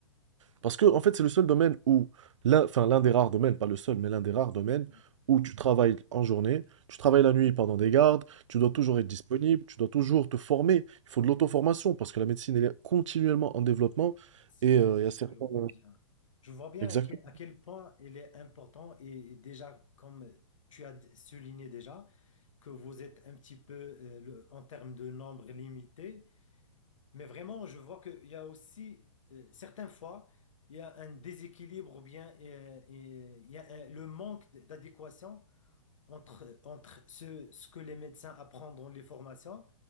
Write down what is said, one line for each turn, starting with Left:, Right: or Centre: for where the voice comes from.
Right: parce que, en fait, c'est le seul domaine où, l'un, enfin, l'un des rares domaines, pas le seul, mais l'un des rares domaines
Left: oui,
Right: où tu travailles en journée, tu travailles la nuit pendant des gardes, tu
Left: oui,
Right: dois toujours être disponible, tu dois toujours te former. Il faut de l'auto-formation parce que la médecine, elle est continuellement en développement.
Left: c'est
Right: Et
Left: vrai,
Right: euh, il y a certains.
Left: je vois
Right: euh,
Left: bien. Je vois bien
Right: Exactement.
Left: à quel, à quel point il est important et, et déjà, comme tu as d- souligné déjà, que vous êtes un petit peu euh, le- en termes de nombre limité, mais vraiment, je vois qu'il y a aussi, euh, certaines fois, il y a un déséquilibre ou bien euh, et il y a un- le manque d- d'adéquation entre, entre ce, ce que les médecins apprennent dans les formations